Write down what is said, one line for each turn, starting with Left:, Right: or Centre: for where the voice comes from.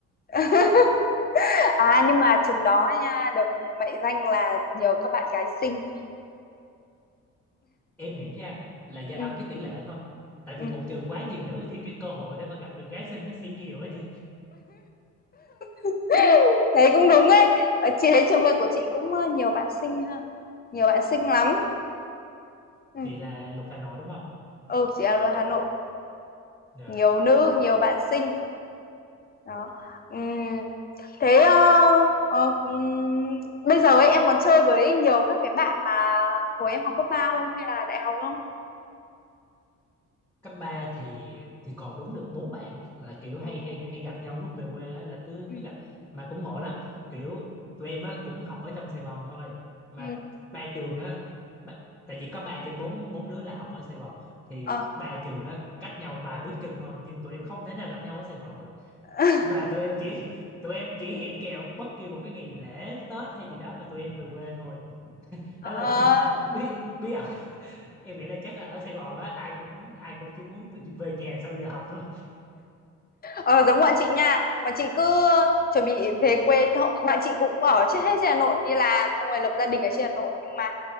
Left: <laughs> à nhưng mà trường đó nha được mệnh danh là nhiều các bạn gái xinh
Centre: em nghĩ ra là do
Left: ừ
Centre: cái tỷ lệ thôi tại vì
Left: ừ
Centre: một trường quá nhiều nữ thì cái cơ hội để mà gặp được gái xinh nó sẽ nhiều á chị
Left: <laughs> thấy cũng đúng ấy Ờ, chị thấy trường luật của chị cũng ờ, nhiều bạn xinh ha nhiều bạn xinh lắm ừ
Centre: chị là luật Hà Nội đúng không
Left: ừ chị là người Hà Nội
Centre: Dạ.
Left: nhiều nữ nhiều bạn xinh đó Ừm, thế ờ, ờ, ừm, bây giờ ấy em còn chơi với nhiều các cái bạn mà hồi em học cấp ba không hay là đại học không
Centre: cấp 3 thì thì còn đúng được bốn bạn là kiểu hay
Left: ừ
Centre: hay hay gặp nhau lúc về quê á là cứ
Left: ừ
Centre: cứ gặp mà cũng ngộ lắm kiểu tụi em á cũng học ở trong Sài Gòn thôi mà
Left: ừ
Centre: ba trường á ba- tại vì có ba trên bốn bốn đứa là học ở Sài Gòn thì
Left: ờ
Centre: ba trường á cách nhau vài bước chân thôi nhưng tụi em không thể nào gặp nhau ở Sài Gòn được
Left: <laughs>
Centre: và tụi em chỉ tụi em chỉ hẹn kèo bất kỳ một cái ngày lễ Tết hay gì đó mà tụi em về quê thôi
Left: Ờ.
Centre: đó là <laughs> bí bí ẩn em nghĩ là chắc là ở Sài Gòn á ai cũng muốn ai cũng chỉ muốn về nhà sau giờ học thôi
Left: ờ giống bọn chị nha bọn chị cứ chuẩn bị về quê thôi bạn chị cũng ở chết hết trên Hà Nội đi làm xong rồi lập gia đình ở trên Hà Nội nhưng mà